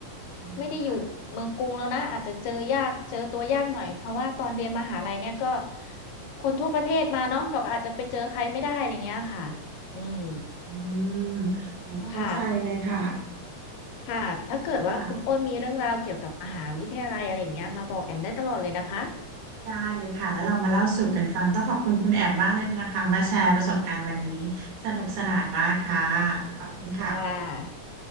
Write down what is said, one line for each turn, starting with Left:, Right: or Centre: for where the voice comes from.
Right: อืมค่ะ
Left: ไม่ได้อยู่เมืองกรุงแล้วนะอาจจะเจอยากเจอตัวยากหน่อยเพราะว่าตอนเรียนมหาลัยเนี่ยก็คนทั่วประเทศมาเนาะเราก็อาจจะไปเจอใครไม่ได้อะไรเงี้ยค่ะอืม
Right: อืมโอ้เข้าใจเลยค่ะ
Left: ค่ะค่ะถ้าเกิดว่าคุณอ้นมีเรื่องราวเกี่ยวกับมหาวิทยาลัยอะไรอย่างเงี้ยมาบอกแอมได้ตลอดเลยนะคะ
Right: ค่ะได้เลยค่ะแล้วเรามาเล่าสู่กันฟังต้องขอบคุณคุณแอมมากเลยนะคะมาแชร์ประสบการณ์วันนี้สนุกสนานมากค่ะขอบคุณค่ะ
Left: ค่ะ